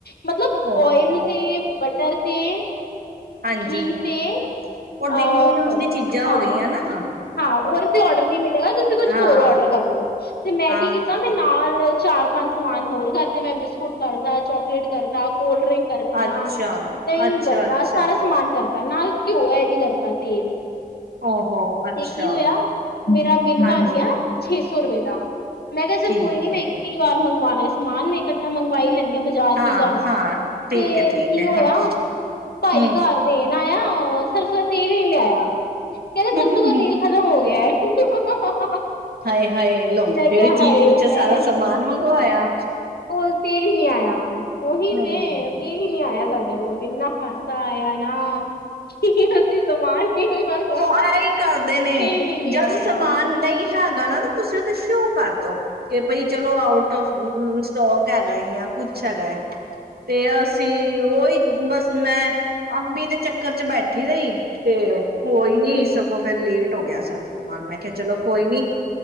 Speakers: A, on the left (about 85°); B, on the right (about 80°).
A: ਮਤਲਬ
B: ਓਹੋ
A: ਓਇਲ ਤੇ ਬ ਡਰ ਤੇ, ਕੀਠੀ
B: ਹਾਂਜੀ
A: ਤੇ,
B: ਉਹ ਡੇਲੀ
A: ਅਹ
B: ਯੂਜ ਦੀ ਚੀਜ਼ਾਂ
A: ਹਾਂ,
B: ਹੋ ਗਈਆਂ ਨਾ
A: ਹਾਂ ਉਹਦੇ ਤੇ ਔਡਰ ਨਹੀਂ ਮਿਲੇਗਾ ਤੁਸੀਂ ਕੁਛ
B: ਹਾਂ
A: ਹੋਰ ਔਡਰ ਕਰ ਲਓ, ਤੇ ਮੈਂ
B: ਹਾਂ
A: ਕੀ ਕੀਤਾ ਮੈਂ ਨਾਲ ਚਾਰ ਪੰਜ ਸਮਾਨ ਹੋਰ ਕਰ ਤੇ ਮੈਂ ਬਿਸਕੁਟ ਕਰਤਾ ਚੌਕਲੇਟ ਕਰਤਾ, ਕੋਲ ਡਰਿੰਕ ਕਰਤੀਆਂ
B: ਅੱਛਾ
A: ਦਹੀਂ
B: ਅੱਛਾ
A: ਕਰਤਾ
B: ਅੱਛਾ
A: ਸਾਰਾ ਸਮਾਨ ਕਰਤਾ, <unintelligible> ਨਾਲ ਘਿਓ ਐ ਵੀ ਕਰਤਾ ਤੇਲ,
B: ਓਹੋ ਅੱਛਾ
A: ਤੇ ਕੀ ਹੋਇਆ ਮੇਰਾ ਬਿੱਲ
B: ਹਾਂਜੀ
A: ਬਣ ਗਿਆ ਛੇ ਸੌ ਸੁਰਮੇ ਦਾ, ਮੈ ਕਿਹਾ ਚੱਲ
B: ਠੀਕ
A: ਕੋਈ ਨਹੀਂ ਮੈਂ
B: ਹੈ
A: ਇਕ ਹੀ ਬਾਰ, ਮੰਗਵਾਉਣਾ ਸਮਾਨ ਮ ਇਕੱਠਾ ਮੰਗ ਬਾਈ, <unintelligible> ਲੈਂਦੇ ਹ ਬਜ਼ਾਰ
B: ਹਾਂ
A: ਕੀ ਜਾਣਾ
B: ਹਾਂ ਠੀਕ
A: ਤੇ
B: ਹੈ ਠੀਕ
A: ਕੀ
B: ਹੈ
A: ਹੋਇਆ
B: ਹਾਂ
A: ਭਾਈ
B: ਹਮ
A: ਘਰ ਦੇ ਨ ਆਇਆ ਉਹ ਸੋਰਸੋ ਦਾ ਤੇਲ ਹੀ ਨਹੀਂ ਆਇਆ ਕਹਿੰਦੇ
B: ਹਮ
A: ਸਰਸੋ ਦਾ ਤੇਲ ਹੀ ਖਤਮ ਹੋ ਗਿਆ ਹੈ। <unintelligible>
B: ਹਾਏ ਹਾਏ ਲਓ
A: ਮੈਂ
B: ਜਿਹੜੀ
A: ਕਿਹਾ
B: ਚੀਜ਼
A: ਹਾਏ
B: ਵਿੱਚ
A: ਮੈਂ
B: ਸਾਰਾ ਸਮਾਨ ਮੰਗਵਾਇਆ, ਅੱਛਾ,
A: ਉਹ ਤੇਲ ਹੀ ਨੀ ਆਇਆ ਉਹੀ
B: ਹਮ
A: ਤੇ ਤੇਲ ਹੀ ਨੀ ਆਇਆ। ਸਾਡੇ ਨੂੰ ਇਨਾ ਹਾਸਾ ਆਇਆ ਨਾ, <unintelligible>
B: ਔ ਐਈ ਕਰਦੇ ਨੇ
A: ਤੇਲ ਹੀ ਨੀ
B: ਜਦ
A: ਆਇਆ
B: ਸਮਾਨ
A: ਹੂੰ
B: ਨਹੀਂ ਹ ਹੈਗਾ ਨਾ ਤੁਸੀਂ ਔਥੇ ਸ਼ੋਅ ਕਰਦੋ ਕਿ ਬਈ ਚਲੋ ਆਊਟ ਔਫ ਸਟੋਕ ਹੈਗਾ ਜਾਂ ਕੁਛ ਹੈਗਾ। ਤੇ ਅਸੀਂ ਔਹੀ। ਬਸ ਮੈਂ ਅੰਬੀ ਦੇ ਚੱਕਰ ਚ ਬੈਠੀ ਰਹੀ ਤੇ ਹੋਈ ਨਹੀਂ
A: ਹੂੰ
B: ਸਗੋਂ ਫੇਰ ਲੇਟ ਹੋ ਗਿਆ ਸਾਰਾ ਸਮਾਨ ਮੈ ਕਿਆ ਚਲੋ ਕੋਈ ਨੀ